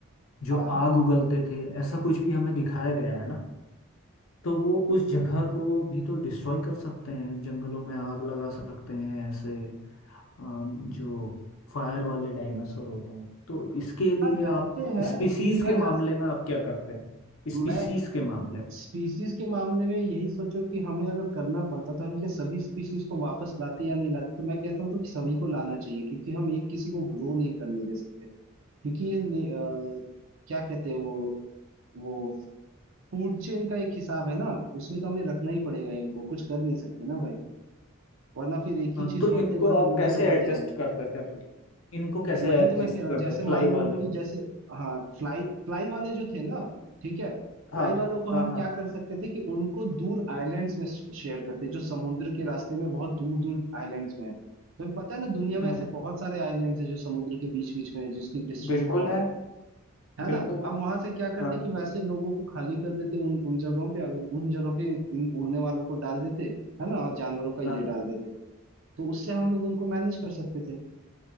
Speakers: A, on the left (about 70°); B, on the right (about 60°).
A: जो
B: हाँ
A: आग उगलते थे ऐसा कुछ भी हमें दिखाया गया है ना तो वो उस जगह को भी तो डिस्ट्रॉय कर सकते हैं जंगलों में आग लगा सकते हैं ऐसे अम, जो फायर वाले डायनासोर होते हैं तो इसके लिए
B: हाँ, रहते
A: आप
B: हैं
A: स्पीसीज
B: किया
A: के मामले
B: जा
A: में आप क्या करते हैं
B: मैं
A: स्पीसीज के मामले में
B: स्पीसीज के मामले में यही सोचो कि हमें अगर करना पड़ता तो हम क्या सभी स्पीसीज को वापस लाते या नहीं लाते तो मैं कहता हूँ तो सभी को लाना चाहिए क्योंकि हम एक किसी को ग्रो नहीं करने दे सकते क्योंकि ये ने- अ, क्या कहते हैं वो वो फूड चेन का एक हिसाब है ना उसमें तो हमें रखना ही पड़ेगा इनको कुछ कर नहीं सकते ना भाई वरना फिर एक
A: हाँ
B: ही चीज
A: तो इनको
B: बढ़ते बढ़ते
A: आप
B: वो
A: कैसे
B: भी तो
A: एडजस्ट
B: बढ़ जाएंगे
A: करते हैं फिर इनको कैसे
B: वही
A: एडजस्ट
B: तो मैं कह रहा हूँ
A: करते
B: जैसे
A: हैं फ्लाई
B: मान
A: वाले
B: लो कि जैसे हाँ फ्लाई फ्लाई वाले जो थे ना ठीक है
A: हाँ
B: फ्लाई वालों को
A: हाँ
B: हम क्या
A: हाँ
B: कर सकते थे कि उनको दूर आइलैंड्स में शेयर करते जो समुद्र के रास्ते में बहुत दूर दूर आइलैंड्स में है तुम्हें पता है ना दुनिया में
A: हम्म
B: ऐसे बहुत सारे आइलैंड्स हैं जो समुद्र के बीच बीच में है जिसकी डिस्टेंस
A: बिल्कुल
B: बहुत
A: है
B: है है ना
A: बिल्कुल है
B: हम वहां से क्या करते
A: हाँ
B: कि वैसे लोगों को खाली कर देते उन उन जगहों पे और उन जगह पे इन उड़ने वालों को डाल देते है ना और जानवरों का ये
A: हाँ
B: डाल देते तो उससे हम लोग उनको मैनेज कर सकते थे